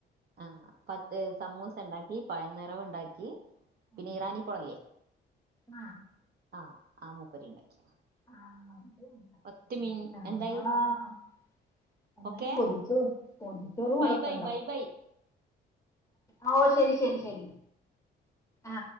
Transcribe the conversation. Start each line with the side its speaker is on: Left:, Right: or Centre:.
Right: ആ അ പത്ത് സമൂസ ഉണ്ടാക്കി പഴം നിറവ് ഉണ്ടാക്കി
Left: ഉം.
Right: പിന്നെ ഇറാനിപോളേ ഇല്ലേ
Left: ആഹ്
Right: അ ആ മുപ്പരെ ഉണ്ടാക്കി
Left: <unintelligible>
Right: പത്ത് മിൻ എന്തായി
Left: എന്നാലും
Right: ഓക്കെ
Left: പൊതിചോ പൊതിച്ചോറ് മുടക്കണ്ട
Right: ബൈ ബൈ ബൈ ബൈ
Left: ഓ ശരി ശരി ശരി ആ